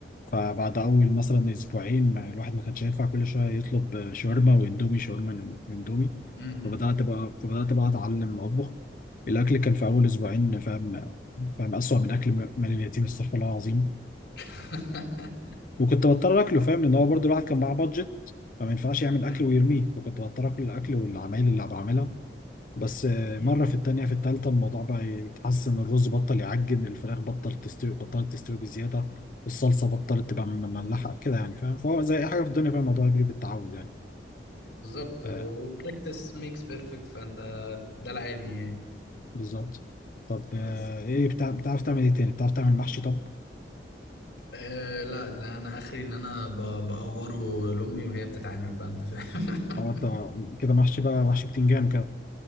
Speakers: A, on the left; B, on the left.
A: فبعد اول مثلا اسبوعين ما الواحد ما كانش ينفع كل شويه يطلب شاورما واندومي شاورما واندومي
B: امم
A: فبدات بقى فبدات بقى اتعلم اطبخ الاكل كان في اول اسبوعين فاهم فاهم اسوأ من اكل م- مال اليتيم استغفر الله العظيم
B: <laughs>
A: وكنت بضطر اكله فاهم لان هو برضو الواحد كان معاه بادجت فما ينفعش يعمل اكل
B: أمم.
A: ويرميه فكنت بضطر اكل الاكل والعمايل اللي بعملها بس آه،
B: اكيد
A: مرة في التانية في التالتة الموضوع بقى يتحسن الرز بطل يعجن الفراخ بطلت تستوي بطلت تستوي بزيادة الصلصة بطلت تبقى م- مملحة كده يعني فاهم فهو زي أي حاجة في الدنيا فاهم الموضوع بيجي بالتعود يعني
B: بالظبط وبراكتس
A: آه
B: ميكس بيرفكت فانت ده العادي يعني
A: بالظبط طب
B: بس
A: آه إيه بتاع بتعرف تعمل إيه تاني؟ بتعرف تعمل محشي طب؟
B: أه لا ده انا اخري ان انا ب- بقوره لامي وهي بتتعامل بقى انت فاهم <laughs>
A: أو أنت كده محشي بقى محشي بتنجان وكده